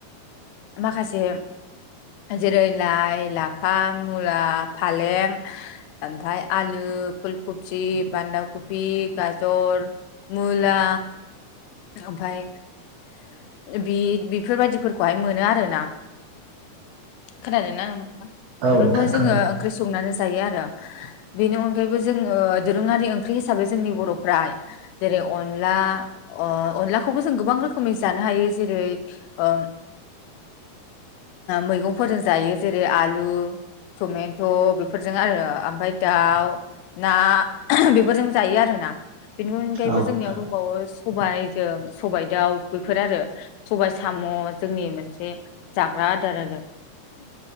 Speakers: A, on the left; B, on the right.
A: माखासे जेरै लाइ लाइ, लाफा, मुला, फालें, ओमफ्राय आलु, फुल कफि, बान्दा खफि, गाजर, मुला ओमफाय बि बेफोरबायदिफोरखौहाय मोनो आरोना। खोनादों ना नोंथां? बेफोरखौहाय
B: नोंथां खोनादों
A: जोङो ओंख्रि संनानै जायो आरो। बेनि अनगायैबो जोङो दोरोङारि ओंख्रि हिसाबै जोंनि बर'फ्रा जेरै अनला ओ अनलाखौबो जों गोबां रोखोमै जानो हायो जेरै ओ मैगंफोरजों जायो जेरै आलु टमेट' बेफोरजों आरो ओमफ्राय दाउ ना बेफोरजों जायो आरोना। बेनि अनगायैबो
B: औ
A: जोंनियाव
B: नोंथां
A: दंबावो सबाइजों सबाइ दाउ बेफोर आरो। सबाय साम' जोंनि मोनसे जाग्रा आदार आरो।